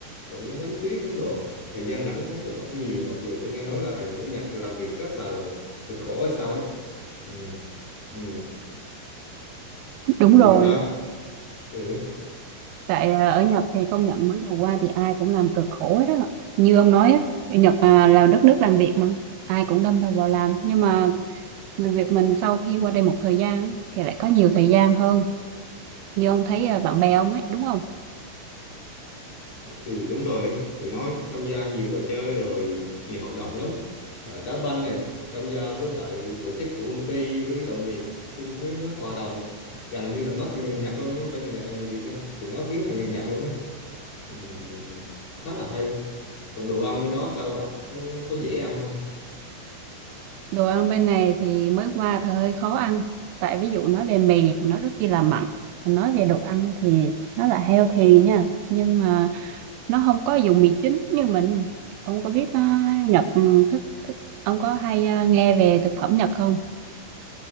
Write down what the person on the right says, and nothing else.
đúng
rồi
Tại à, ở Nhật thì công nhận mới đầu qua thì ai cũng làm cực khổ hết đó. Như ông nói á, ở Nhật à, là đất nước làm việc mà, ai cũng đâm đầu vào làm. Nhưng mà người Việt mình sau khi qua đây một thời gian ấy, thì lại có nhiều thời gian hơn. Như ông thấy à, bạn bè ông ấy, đúng không?
Đồ ăn bên này thì mới qua thì hơi khó ăn. Tại ví dụ nói về mì thì nó rất chi là mặn. Mà Nói về đồ ăn thì nó là healthy nha. Nhưng mà nó không có dùng mì chính như mình ông có biết à, Nhật ừ, thức thức ông có hay à, nghe về thực phẩm Nhật không